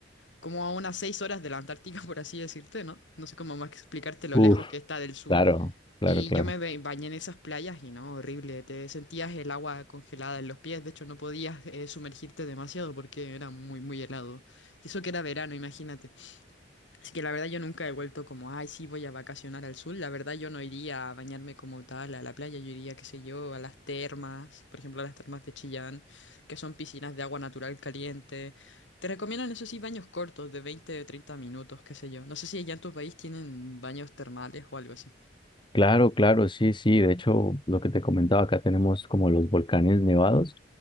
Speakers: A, on the left; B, on the left.
A: como a unas seis horas de la Antártica, <laughs> por así decirte, ¿no? No sé cómo más explicarte lo
B: Uf,
A: lejos que está del sur.
B: claro, claro,
A: Y
B: claro.
A: yo me ba- bañé en esas playas y no, horrible. Te sentías el agua congelada en los pies. De hecho, no podías eh, sumergirte demasiado porque era muy, muy helado. Y eso que era verano, imagínate. Así que la verdad yo nunca he vuelto como, ay, sí, voy a vacacionar al sur. La verdad yo no iría a bañarme como tal a la playa, yo iría, qué sé yo, a las termas, por ejemplo, a las termas de Chillán, que son piscinas de agua natural caliente. Te recomiendan, eso sí, baños cortos de 20 o 30 minutos, qué sé yo. No sé si allá en tu país tienen baños termales o algo así.
B: Claro, claro, sí, sí. De hecho, lo que te comentaba, acá tenemos como los volcanes nevados.